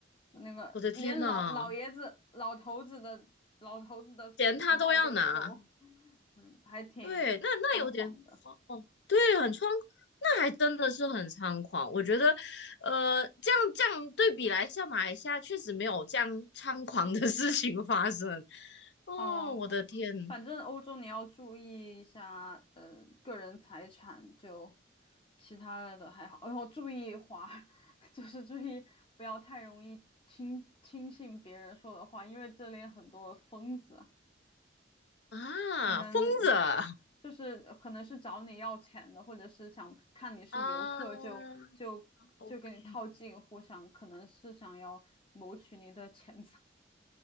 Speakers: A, on the left; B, on the left.
A: 那个连老老爷子、
B: 我的天呐，
A: 老头子的老头子的钱包都偷，
B: 钱他都要拿。
A: 嗯，还挺猖狂的。
B: 对，那那有点慌哦，对，很猖，那还真的是很猖狂。我觉得，呃，这样这样对比来下，马来西亚确实没有这样猖狂的事情发生。哦，
A: 嗯，
B: 我的天
A: 反正欧洲你要注意一下，呃，个人财产就其他的还好，然后注意花，<laughs> 就是注意不要太容易轻轻信别人说的话，因为这里很多疯子。
B: 啊，
A: 可能你
B: 疯子啊
A: 就是可能是找你要钱的，或者是想看你是游客就就就跟你套近乎，
B: 啊，OK，
A: 想可能是想要谋取你的钱财。